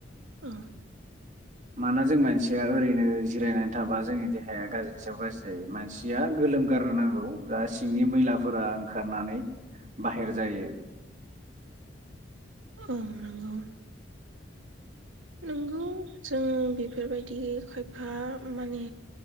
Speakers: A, on the right (about 85°); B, on the right (about 40°).
A: औ
B: माना जों मानसिया ओरैनो जिरायनानै थाबा जोंनि देहाया गाज्रि सायाव गाज्रि जायो मानसिया गोलोम गारनो नांगौ दा सिंनि मैलाफोरा ओंखारनानै बाहेर जायो
A: औ नंगौ नोंगौ जों बेफोरबायदि खायफा माने